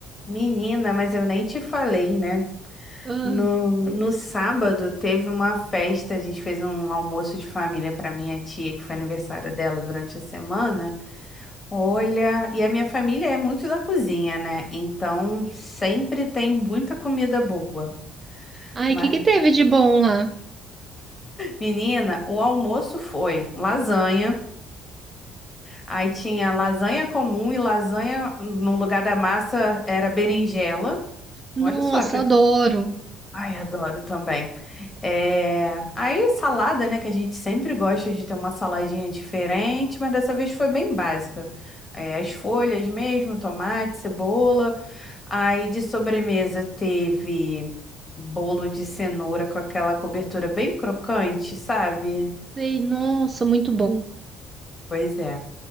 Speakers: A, on the left; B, on the right.
A: Menina, mas eu nem te falei, né?
B: Ah,
A: No, no sábado teve uma festa, a gente fez um almoço de família para minha tia, que foi aniversário dela durante a semana. Olha, e a minha família é muito da cozinha, né? Então sempre tem muita comida boa.
B: ai,
A: Mas,
B: o que que teve de bom lá?
A: menina, o almoço foi lasanha, aí tinha lasanha comum e lasanha, no lugar da massa era berinjela.
B: Nossa,
A: Olha só que
B: adoro.
A: Ai, adoro também. É... Aí, salada, né? Que a gente sempre gosta de ter uma saladinha diferente, mas dessa vez foi bem básica. É, as folhas mesmo, tomate, cebola. Aí, de sobremesa, teve bolo de cenoura com aquela cobertura bem crocante, sabe?
B: Ei, nossa, muito bom.
A: Pois é.